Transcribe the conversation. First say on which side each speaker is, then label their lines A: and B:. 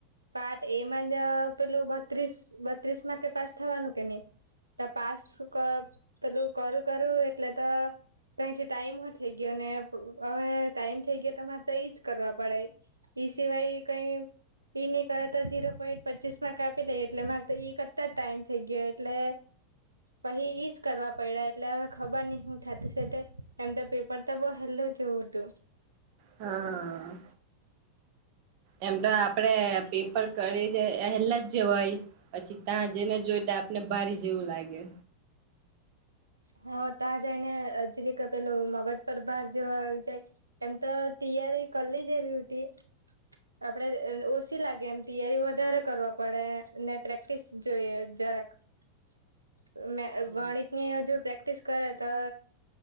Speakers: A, on the right; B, on the right.
A: પાર્ટ એ માં જ પેલું બત્રીસ બત્રીસ માં કે પાસ થવાનું કે નહી. તો પાસ પેલું કરું કરું એટલે તો ક જે ટાઈમ થઈ ગયો ને હવે ટાઈમ થઈ ગયો તમારે તો એજ કરવા પડે. એઈ સિવાય કઈ ઈ નની કરે તો ઝીરો પોઈન્ટ પચીસ માં કાપી લે એટલે મારે તો ઈ કરતા ટાઈમ થઇ ગયો એટલે પહી ઈજ કરવા પડ્યા એટલે હવે ખબર નહ હું થ એમ તો ર ત બ હલો છટું
B: હા. એમ તો આપડે પેપર કરી એલા જ હોય પછી ત્યાં જેઈને જોઈ તો આપને બારી જેવું લાગે
A: હા ત જાયને જે ક પેલ મગધ પર્વાર જે જાય એમ તો ત્યારે કલી જેવી હતી આપડે ઓછી લાગે એમ તૈયારી વધારે કરવા પડે ને પ્રેક્ટિસ જોઈએ ગણિતની
B: હમ
A: હજુ પ્રેક્ટિસ કરે તો